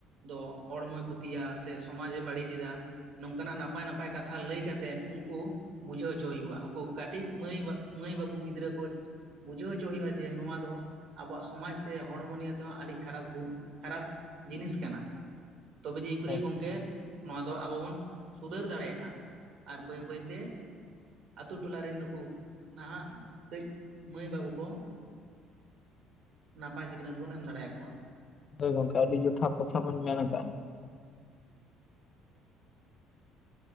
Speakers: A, on the right; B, on the left.
A: ᱫᱚ ᱦᱚᱲᱢᱚᱭ ᱠᱷᱚᱛᱤᱭᱟ ᱥᱮ ᱥᱚᱢᱟᱡᱽ ᱮ ᱵᱟᱹᱲᱤᱡ ᱮᱫᱟ ᱾ ᱱᱚᱝᱠᱟ ᱱᱟᱜ ᱱᱟᱯᱟᱭ ᱱᱟᱯᱟᱭ ᱠᱟᱛᱷᱟ ᱞᱟᱹᱭ ᱠᱟᱛᱮᱫ ᱩᱱᱠᱩ ᱵᱩᱡᱷᱟᱹᱣ ᱦᱚᱪ ᱦᱩᱭᱩᱜᱼᱟ ᱩᱱᱠᱩ ᱠᱟᱹᱴᱤᱡ ᱢᱟᱹᱭ ᱢᱟᱹᱭ ᱵᱟᱹᱵᱩ ᱜᱤᱫᱽᱨᱟᱹ ᱠᱚ ᱵᱩᱡᱷᱟᱹᱣ ᱦᱚᱪ ᱦᱩᱭᱩᱜᱼᱟ ᱾ ᱡᱮ ᱱᱚᱣᱟ ᱫᱚ ᱟᱵᱚᱣᱟᱜ ᱥᱚᱢᱟᱡ ᱥᱮ ᱦᱚᱲᱢᱚ ᱱᱤᱭᱮ ᱛᱮᱦᱚᱸ ᱟᱹᱰᱤ ᱠᱷᱟᱨᱟᱯ ᱠᱷᱟᱨᱟᱯ ᱡᱤᱱᱤᱥ ᱠᱟᱱᱟ ᱛᱚᱵᱮ ᱡᱮᱭᱠᱤ
B: ᱦᱳᱭ
A: ᱜᱚᱢᱠᱮ ᱱᱚᱣᱟ ᱫᱚ ᱟᱵᱚ ᱵᱚᱱ ᱥᱩᱫᱷᱟᱹᱨ ᱫᱟᱲᱮᱭᱟᱜᱼᱟ ᱟᱨ ᱵᱟᱹᱭ ᱵᱟᱹᱭ ᱛᱮ ᱟᱛᱩ ᱴᱚᱞᱟ ᱨᱤᱱ ᱱᱩᱠᱩ ᱱᱟᱦᱟᱜ ᱠᱟᱹᱡ ᱢᱟᱹᱭ ᱵᱟᱹᱵᱩ ᱠᱚ ᱾ ᱱᱟᱯᱟᱭ ᱥᱤᱠᱷᱱᱟᱹᱛ ᱵᱚᱱ ᱮᱢ ᱫᱟᱲᱮ ᱟᱠᱚᱣᱟ ᱾
B: ᱦᱚᱭ ᱜᱚᱢᱠᱮ ᱟᱹᱰᱤ ᱡᱚᱛᱷᱟᱛ ᱠᱟᱛᱷᱟ ᱵᱤᱱ ᱢᱮᱱ ᱟᱠᱟᱫᱼᱟ ᱾